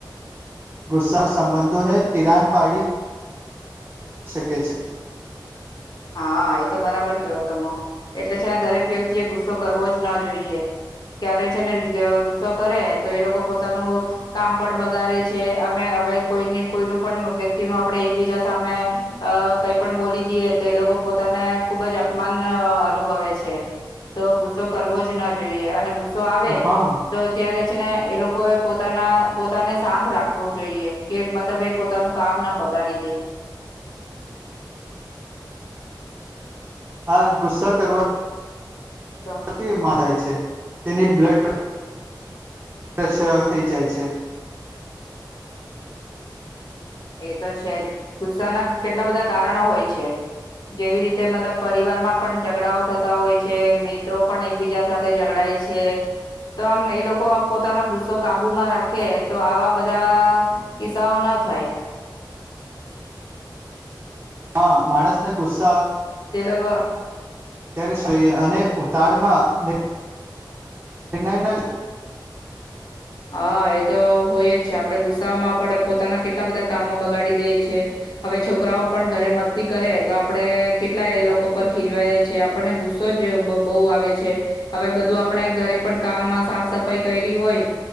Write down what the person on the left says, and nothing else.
હા એ તો બરાબર કેવો ત એટલે છે ને દરેક વ્યક્તિ એ ગુસ્સો કરવો જ ન જોઈએ, ક્યારે છે ને ગુસ્સો કરે તો એ લોકો પોતાનું કામ પણ બગાડે છે અને હવે કોઈ કોઈનું પણ વ્યક્તિ ન આપણે એકબીજા સામે કઈ પણ બોલી દઈએ. તો એ લોકો પોતાને ખુબ જ અપમાન અનુભવે છે તો ગુસ્સો કરવો જ ન જોઈએ અને ગુ ગુસ્સો આવે
તો ત્યારે છે ને એ લોકો એ પોતાના પોતાને સાથ રાખવું જોઈએ કે મતલબ એ પોતાનું કામ ના બગાડી દે.
તો
એ તો છે જ ગુસ્સાના કેટલા બધા કારણો હોય છે. જેવી રીતે મતલબ પરિવારમાં પણ ઝઘડાઓ થતા હોય છે, મિત્રો પણ એકબીજા સાથે ઝઘડાય છે, તો આમ એ લોકો પોતાનો ગુસ્સો કાબુમાં રાખે તો આવા બધા કિસ્સાઓ ન થાય.
તે લોગો
હા એ તો હોય જ છે, આપડે ગુસ્સામાં આપણા પોતાના કેટલા બધા કામો બગાડી દેએ છીએ. હવે છોકરાઓ પણ ઘરે મસ્તી કરે તો આપડણે કેટલા એ લોકો પર ખીજવાય છીએ આપણને ગુસ્સો જ બહુ આવે છે, હવે બધું આપણે ઘરે પણ કામમાં સાફ સફાઈ કરી હોય.